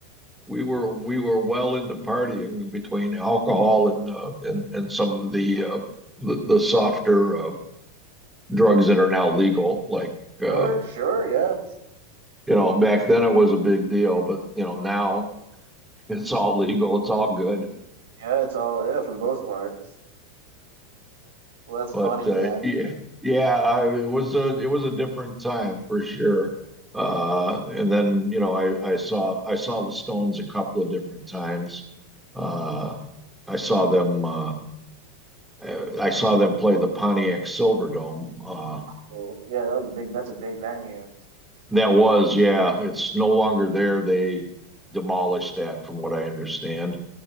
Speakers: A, in the centre; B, on the right.
A: we were we were well into partying between alcohol and uh, and and some of the uh, the, the softer uh, drugs that are now legal like uh,
B: Sure. Sure. Yeah.
A: you know back then it was a big deal but you know now it's all legal it's all good
B: Yeah. It's all yeah for the most part. Well, that's
A: But
B: funny,
A: uh,
B: man.
A: yeah,
B: <laughs>
A: yeah, I, it was a it was a different time for sure. Uh, and then you know, I I saw I saw the Stones a couple of different times. Uh, I saw them uh, I saw them play the Pontiac Silverdome. Uh,
B: Cool. Yeah, that was a big. That's a big venue.
A: that was yeah, it's no longer there. They demolished that, from what I understand.